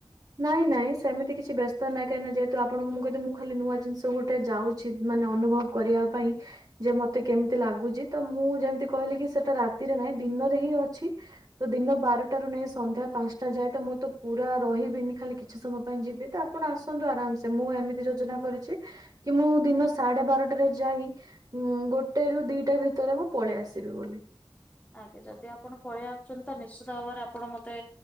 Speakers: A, on the right; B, on the left.
A: ନାଇଁ ନାଇଁ ସେମିତି କିଛି ବ୍ୟସ୍ତ ନାଇ କାହିଁକି ଯେହେତୁ ଆପଣଙ୍କୁ କହିଦି ମୁଁ ଖାଲି ନୂଆ ଜିନିଷ ଗୋଟେ ଯାଉ ଛି ମାନେ ଅନୁଭବ କରିବା ପାଇଁ। ଯେ ମତେ କେମିତି ଲାଗୁଚି ତ ମୁଁ ଯେମିତି କହିଲି କି ସେଟା ରାତିରେ ନାହିଁ ଦିନରେ ହିଁ ଅଛି। ତ ଦିନ ବାରଟାରୁ ନେଇ ସନ୍ଧ୍ୟା ପାଞ୍ଚଟା ଯାଏ ତ ମୁଁ ତ ପୁରା ରହିବିନି ଖାଲି କିଛି ସମୟ ପାଇଁ ଯିବି ତ ଆପଣ ଆସନ୍ତୁ ଆରାମସେ ମୁଁ ଏମିତି ଯୋଜନା କରିଛି ର କି ମୁଁ ଦିନ ସାଢେ ବାରଟାରେ ଯାଇ ହୁଁ ଗୋଟେ ରୁ ଦିଟା ଭିତରେ ମୁଁ ପଳେଇ ଆସିବି ବୋଲି।
B: ଆଜ୍ଞା ଯଦି ଆପଣ ପଳେଇ ଆସୁଛନ୍ତି ତ ନିଶ୍ଚିତ ଭାବରେ ଆପଣ ମତେ